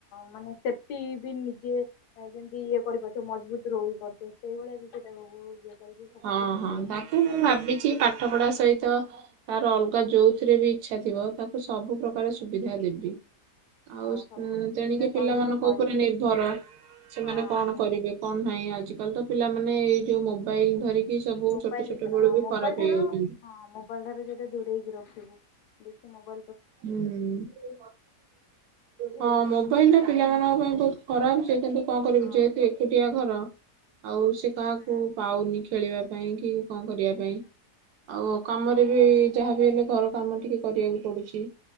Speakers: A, on the left; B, on the right.
A: ମାନେ ସେଫଟି ବି ନିଜେ ଏ ଯେମିତି ଇଏ କରିପାରୁ ତ ମଜବୁତ ରହିପାରୁଥିବ ସେଇଭଳିଆ କିଛିଟାକୁ ବୋ ଇଏ କରିକି ସବୁ
B: ହଁ
A: କିଛି।
B: ହଁ
A: ଶିକ୍ଷା
B: ତାକୁ ମୁଁ ଭାବିଚି
A: ଦବୁ
B: ପାଠ ପଢା ସହିତ ତାର ଅଲଗା ଯୋଉଥିରେ ବି ଇଚ୍ଛା ଥିବ ତା କୁ ସବୁ ପ୍ରକାର
A: ହଁ।
B: ସୁବିଧା ଦେବି।
A: ହଁ
B: ଆଉ
A: ସବୁ ପ୍ରକାର
B: ତେଣିକି
A: ସୁବିଧା ସହଯୋଗ
B: ପିଲାମାନଙ୍କ
A: କରିବୁ
B: ଉପରେ ନିର୍ଭର ସେମାନେ
A: ହଁ
B: କଣ
A: ନିହାତି
B: କରିବେ। କଣ ନାହିଁ ଆଜି କାଲି ତ ପିଲାମାନେ ଏଇ ଯୋଉ ମୋ ବାଇଲି ଧରିକି ସବୁ
A: ମୋବାଇଲ
B: ଛୋଟ ଛୋଟ
A: ଦ୍ଵାରା
B: ବେଳୁ
A: ହଁ
B: ବି
A: ମୋବାଇଲ
B: ଖରାପ
A: ଠାରୁ
B: ହେଇଯାଉଚନ୍ତି।
A: <unintelligible> ଠାରୁ ଯତେ ଦୂରେଇକି ରଖିବୁ। ବେଶୀ ମୋବା
B: ହୁଁ
A: ବୁଝିଲୁ
B: ହଁ ମୋବାଇଲ ଟା ପିଲାମାନଙ୍କ ପାଇଁ ବହୁତ ଖରାପ ଯେ କିନ୍ତୁ କଣ କରିବୁ
A: ହଁ
B: ଯେହେତୁ ଏକୋଟିଆ ଘର ଆଉ ସେ କାହାକୁ
A: ହୁଁ
B: ପାଉନି ଖେଳିବା ପାଇଁ କି କଣ କରିବା
A: ହୁଁ
B: ପାଇଁ। ଆଉ କାମରେ ବି ଯାହାବି ହେଲେ ଘର କାମ ଟିକେ କରିବାକୁ ପଡୁଚି।